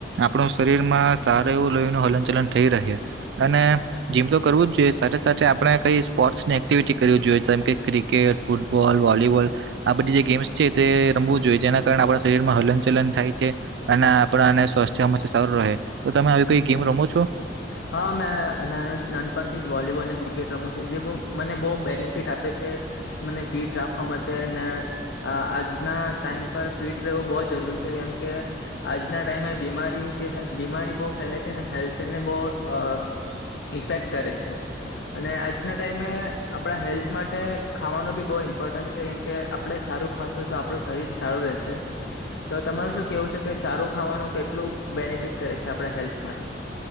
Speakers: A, on the right (about 75°); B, on the left (about 80°).
A: આપણું શરીરમાં સારું એવું લોહી નું હલનચલન થઈ રહે અને જીમ તો કરવું જ જોઈએ સાથે સાથે આપણે કઈ સ્પોર્ટ્સની એક્ટિવિટી કરવી જોઈએ જેમ કે ક્રિકેટ ફૂટબોલ વોલીબોલ આ બધી જે ગેમ્સ છે તે રમવું જોઈએ જેના કારણે આપણે શરીરમાં હલન ચલન થાય છે અને આપણા અને સ્વાસ્થ્ય સારું રહે તો તમે આવી કોઈ ગેમ રમો છો
B: હા મેં નાનપણથી જ વોલીબોલ ને ક્રિકેટ રમું છે જે બ મને બહુ બેનિફિટ આપે છે મને ફિટ રાખવા માટે ને અ આજના ટાઈમ પર ફીટ રહેવું બહું જરૂરી છે કેમ કે આજના ટાઈમે બીમારી જે બીમારી બહુ ફેલે છે ને હેલ્થને બહું અ ઇફેક્ટ કરે છે અને આજના ટાઈમે આપણા હેલ્થ માટે ખાવાનો બી બહુ ઇમ્પોર્ટન્ટ છે કે આપડણે સારું ખાશું તો આપણું શરીર સારું રહેશે તો તમારે શું કેવું છે કે સારું ખાવાનું કેટલું બેનિફિટ કરે છે આપણા હેલ્થ માટે